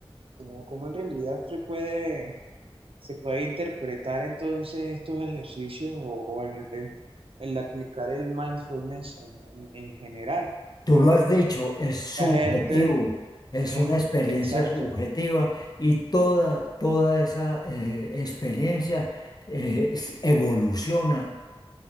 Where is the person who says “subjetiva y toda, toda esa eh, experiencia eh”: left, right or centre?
Left